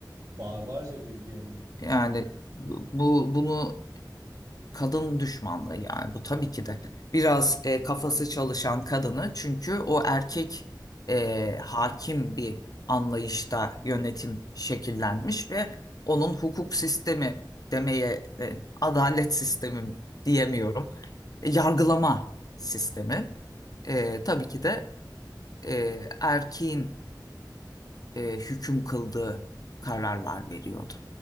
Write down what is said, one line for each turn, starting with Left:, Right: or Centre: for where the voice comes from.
Right: barbarca bir gelenek.
Left: Yani bu bunu kadın düşmanlığı yani bu tabii ki de biraz e, kafası çalışan kadını çünkü o erkek e, hakim bir anlayışta yönetim şekillenmiş ve onun hukuk sistemi demeye e, adalet sistemi mi diyemiyorum E, yargılama sistemi e, tabii ki de e, erkeğin e, hüküm kıldığı
Right: <laughs>
Left: kararlar veriyordu.